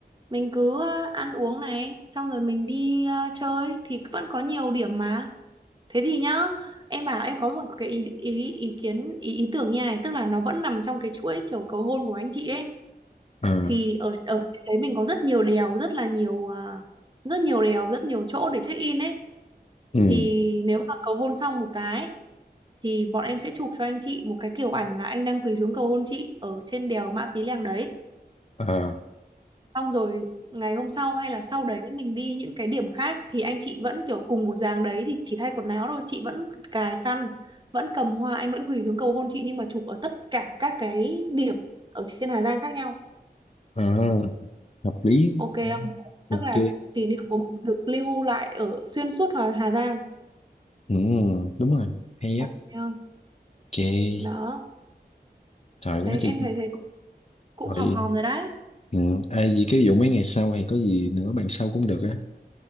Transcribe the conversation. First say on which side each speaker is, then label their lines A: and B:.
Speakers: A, on the right; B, on the left.
A: mình cứ uh, ăn uống này. Xong rồi mình đi uh, chơi. Thì vẫn có nhiều điểm mà. Thế thì nhá. Em bảo em có một cái ý, ý, ý kiến, ý, ý tưởng nha. này, Tức là nó vẫn nằm trong cái chuỗi kiểu cầu hôn của anh chị ấy.
B: à
A: thì ở ở đấy mình có rất nhiều đèo rất là nhiều à, rất nhiều đèo rất nhiều chỗ để check in ấy
B: ừ
A: thì nếu mà cầu hôn xong một cái thì bọn em sẽ chụp cho anh chị một cái kiểu ảnh là anh đang quỳ xuống cầu hôn chị ở trên đèo Mã Pí Lèng đấy
B: à,
A: xong rồi ngày hôm sau hay là sau đấy mình đi những cái điểm khác thì anh chị vẫn kiểu cùng một dáng đấy thì chỉ thay quần áo thôi chị vẫn cài khăn vẫn cầm hoa anh vẫn quỳ xuống cầu hôn chị nhưng mà chụp ở tất cả các cái điểm ở trên Hà Giang khác nhau
B: à hợp lý
A: ok không
B: ok
A: tức là kỷ niệm của mình được lưu lại ở xuyên suốt Hà, Hà Giang
B: ừ đúng rồi hay
A: ok
B: á
A: không
B: ok
A: đó
B: trời
A: thấy
B: quá chị
A: em thấy thấy cũng, cũng
B: rồi
A: hòm hòm rồi đấy
B: Ừ. Ai gì cái vụ mấy ngày sau hay có gì nữa bàn sau cũng được á